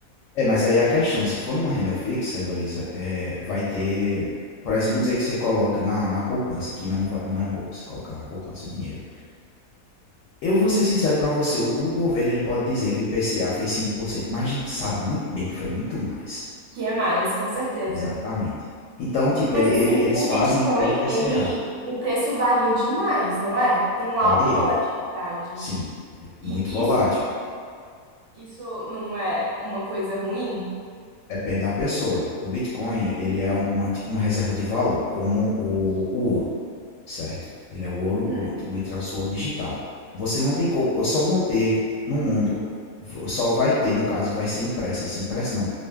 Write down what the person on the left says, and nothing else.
É, mas aí é a questão, se for numa renda fixa, Heloísa, é, vai ter. Por exemplo, vamos dizer que você coloca na, na poupança, que não, va- não é bom você colocar na poupança o dinheiro. Eu vou ser sincero pra você, o, o governo ele pode dizer que o IPCA foi 5% mas a gente sabe muito bem que foi muito mais.
Exatamente. Então, tipo,
ele, ele-
eles
fazem
pelo IPCA.
Varia,
sim. Muito
volátil.
Depende da pessoa. O Bitcoin, ele é um- uma, tipo uma reserva de valor, como o, o ouro, certo? Ele é o ouro,
o, o, entre aspas, o ouro digital. Você não tem como, só vão ter no mundo, vo- só vai ter, no caso, vai ser impressa, assim, impressa não.